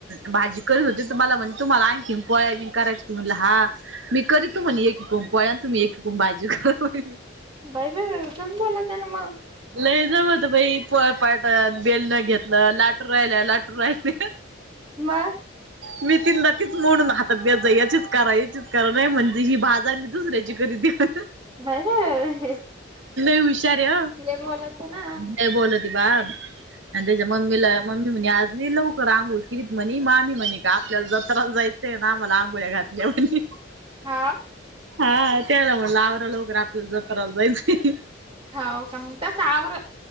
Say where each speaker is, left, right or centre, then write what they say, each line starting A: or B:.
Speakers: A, on the right; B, on the right.
A: भाजी करत होते तर मला म्हण तुम्हाला आणखीन पोळ्या पण करायची का म्हटला हां. मी करीतो म्हणे एक एकूम पोळ्या आणि तुम्ही एकीकुम भाजी करा म्हणाली.
B: बाई बाई बाई पण बोलत आहे ना मग
A: लई जमत बाई पोळपाट बेलनं घेतलं लाटू राहिल्या लाटू राहिल्या.
B: मग
A: <inaudible> मी तीनदा तीच मोडून हातात देत जा. याचीच करा, याचीच करा. नाही म्हणजे ही भाजायची, दुसऱ्याची तरी द्या.
B: बाई, बाई, बाई.
A: हुशार आहे हो.
B: लय बोलत्या ना.
A: लय बोलती बा. अन् त्याज्या मम्मीला, मम्मी म्हनी आज लय लवकर आंघोळी किलीत. म्हणे मामी म्हणे का, आपल्याला जत्राला जायचंय ना. आम्हाला आंघोळ्या घातल्यात मनी.
B: हा.
A: हा, त्याला म्हणलं, आवरा लवकर आपल्याला जत्राला जाइचय.
B: हो, का? मग तसं आवरं,